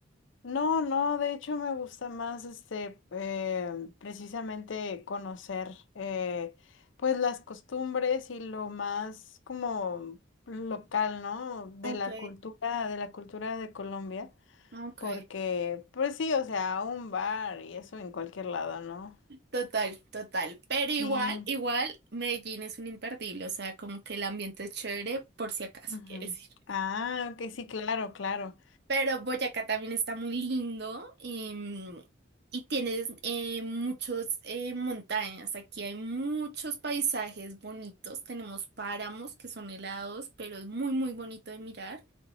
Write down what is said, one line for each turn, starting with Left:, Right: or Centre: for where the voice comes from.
Left: No, no, de hecho me gusta más este eh, precisamente conocer eh, pues las costumbres y lo más como local, ¿no? De
Right: Ok,
Left: la cultura, de la cultura de Colombia,
Right: ok.
Left: porque pues sí, o sea, un bar y eso en cualquier lado, ¿no?
Right: Total, total. Pero igual,
Left: Sí.
Right: igual, Medellín es un imperdible, o sea, como que el ambiente es chévere por si acaso
Left: ujú.
Right: quieres ir.
Left: Ah, ok, sí, claro, claro.
Right: Pero Boyacá también está muy lindo em, y tienes eh, muchos eh, montañas. Aquí hay muchos paisajes bonitos. Tenemos páramos que son helados, pero es muy, muy bonito de mirar.